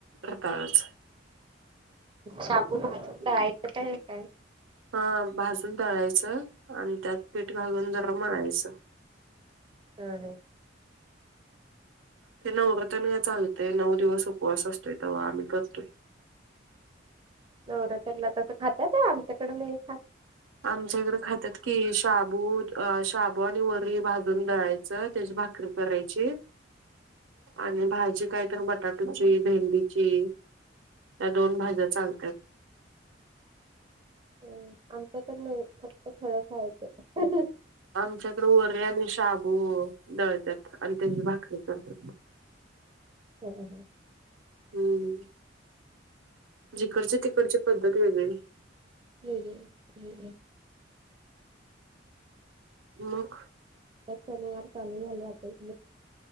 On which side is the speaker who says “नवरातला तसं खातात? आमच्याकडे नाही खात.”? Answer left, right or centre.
Right